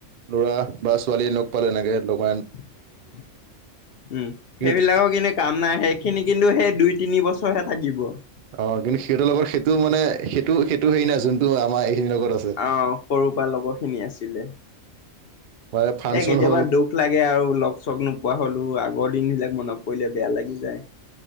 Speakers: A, on the right; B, on the left.
A: লৰা বা ছোৱালী লগ পালো এনেকে লগাই
B: উম,
A: কিন্তু
B: সেইবিলাকৰ খিনি কাম নাই সেই হেই খিনি কিন্তু সেই দুই তিনি বছৰ হে থাকিব।
A: অ' কিন্তু সিহঁতৰ লগত সেইটো মানে সেইটো সেইটো হেৰি নাই যোনটো আমাৰ এইখিনিৰ লগত আছে।
B: অ সৰুৰ পৰা লগৰখিনি আছিলে।
A: বা ফাংচন
B: এ' কেতিয়াবা
A: হ'ল
B: দুখ লাগে আৰু লগ- চগ নোপোৱা হলো আগৰ দিন সিলাক মনত পৰিলে বেয়া লাগি যায়।